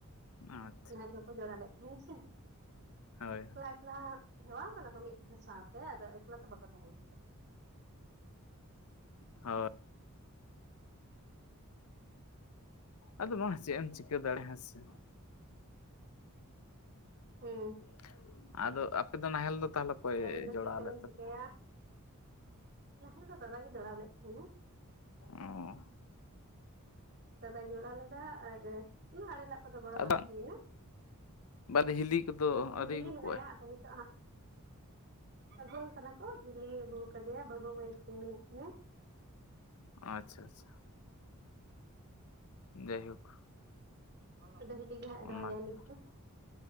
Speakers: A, on the left; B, on the right.
A: ᱟᱪᱪᱷᱟ
B: ᱚᱱᱟᱤᱞᱳ ᱚ ᱡᱚᱲᱟ ᱞᱮᱫ ᱛᱟᱦᱮᱸᱱᱟᱼᱟ ᱥᱮ
A: ᱦᱳᱭ
B: ᱮᱠᱞᱟ ᱮᱠᱞᱟ ᱦᱮᱣᱟ ᱠᱟᱱᱟ ᱠᱚ ᱢᱤᱫ ᱫᱷᱟᱣ ᱥᱟᱶᱛᱮ ᱟᱫᱚ ᱮᱠᱞᱟ ᱫᱚ ᱵᱟᱠᱚ ᱛᱟᱦᱮᱱᱟ
A: <inaudible> ᱦᱳᱭ ᱟᱫᱚ ᱵᱟᱝ ᱪᱮᱫ ᱮᱢ ᱪᱤᱠᱟᱹ ᱫᱟᱲᱮᱭᱟᱜᱼᱟ ᱦᱮᱸ ᱥᱮ
B: ᱦᱮᱸ
A: <inaudible> ᱟᱫᱚ ᱟᱯᱮ ᱫᱚ ᱱᱟᱦᱮᱞ ᱫᱚ ᱛᱟᱦᱚᱞᱮ ᱚᱠᱚᱭ
B: ᱟᱹᱵᱤᱱ ᱫᱚ
A: ᱡᱚᱲᱟᱣ
B: ᱪᱮᱫ ᱠᱚᱵᱤᱱ
A: ᱞᱮᱫ ᱛᱟᱯᱮ
B: ᱪᱤᱠᱟᱹᱭᱟ ᱱᱟᱦᱮᱞ ᱫᱚ ᱫᱟᱫᱟ ᱜᱮ ᱡᱚᱲᱟᱣ ᱞᱮᱫ ᱛᱟᱦᱮᱱᱟ
A: ᱚ
B: ᱫᱟᱫᱟᱭ ᱡᱚᱲᱟ ᱞᱮᱫᱟ ᱟᱨ ᱚᱱᱟ ᱟᱲᱮ ᱞᱟᱜ ᱠᱚᱫᱚ ᱜᱚᱲᱚ ᱵᱟᱲᱟ
A: ᱵᱟᱝ
B: ᱦᱩᱭᱱᱟ
A: ᱵᱟᱫᱮ ᱦᱤᱞᱤ ᱠᱚᱫᱚ
B: ᱦᱮᱸ
A: ᱟᱹᱣᱨᱤ
B: ᱦᱤᱞᱤ
A: ᱟᱹᱜᱩ
B: ᱢᱮᱱᱟᱭᱟ
A: ᱠᱚᱣᱟᱭ
B: ᱟᱫᱚ ᱱᱤᱛᱚᱜ ᱦᱟᱸᱜ ᱟᱹᱜᱩ ᱠᱟᱫᱟ ᱠᱚ ᱦᱤᱞᱤ ᱟᱹᱜᱩ ᱠᱟᱫᱮᱭᱟ ᱵᱟᱹᱵᱩ ᱢᱟᱹᱭ ᱛᱤᱱ ᱢᱮᱱᱟᱜ ᱠᱤᱱᱟ
A: ᱟᱪᱪᱷᱟ ᱟᱪᱪᱷᱟ ᱡᱟᱭᱦᱳᱠ
B: ᱟᱫᱚ‌ ᱤᱞᱤ ᱜᱮ ᱦᱟᱸᱜ ᱨᱚᱦᱚᱭ
A: ᱚᱱᱟᱜᱮ
B: ᱟᱭ ᱱᱤᱛ ᱫᱚ